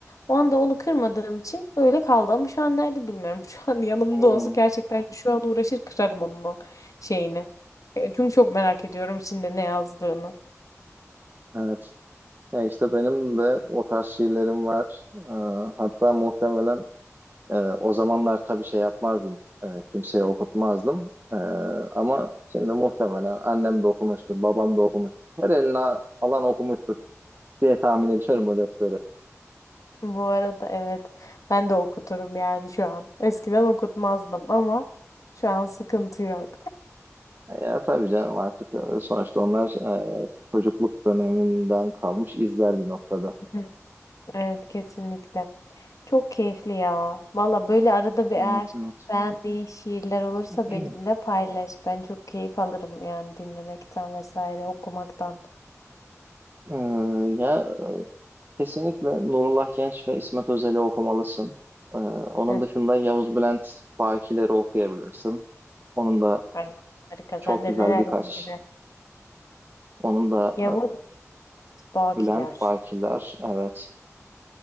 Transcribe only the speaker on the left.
O anda onu kırmadığım için öyle kaldı ama şu an nerede bilmiyorum. <laughs> Şu an yanımda
olsa gerçekten şu an uğraşır kırarım onun o şeyini. E, Çünkü çok merak ediyorum içinde ne yazdığını.
Bu arada evet ben de okuturum yani şu an. Eskiden okutmazdım ama şu an sıkıntı yok.
<laughs> Evet kesinlikle. Çok keyifli ya. Valla böyle arada bir eğer
beğendiğin şiirler olursa
benimle paylaş. Ben çok keyif alırım yani dinlemekten vesaire okumaktan.
Hı.
Aynen, harika.
Sen de
neler
var neler.
Yavuz Bakiler.